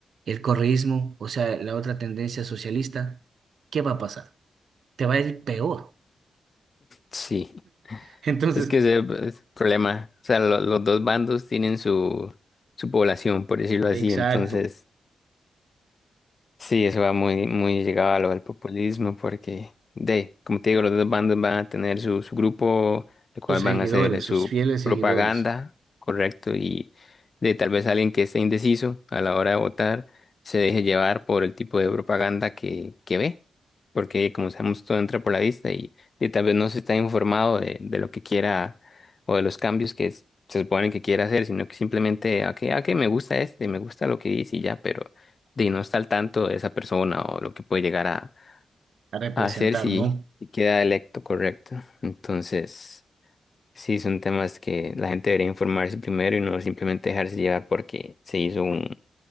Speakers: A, on the right (about 70°); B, on the left (about 45°).
A: el correísmo, o sea, la otra tendencia socialista, ¿qué va a pasar? Te va a ir peor.
B: sí.
A: <laughs> Entonces,
B: Es que ese es el problema. O sea, lo- los dos bandos tienen su, su población, por decirlo así.
A: exacto,
B: Entonces, Sí, eso va muy, muy llegado a lo del populismo, porque, de, como te digo, los dos bandos van a tener su, su grupo, el cual
A: sus seguidores,
B: van a hacer
A: sus
B: su
A: fieles seguidores
B: propaganda, correcto, y de tal vez alguien que esté indeciso a la hora de votar se deje llevar por el tipo de propaganda que, que ve porque como sabemos todo entra por la vista y, y tal vez no se está informado de, de lo que quiera o de los cambios que es- se supone que quiera hacer, sino que simplemente, ah, que ah, que me gusta este, me gusta lo que dice y ya, pero de no está al tanto de esa persona o lo que puede llegar a,
A: a representar,
B: a hacer si,
A: ¿no?
B: si queda electo correcto. Entonces, sí, son temas que la gente debería informarse primero y no simplemente dejarse llevar porque se hizo un,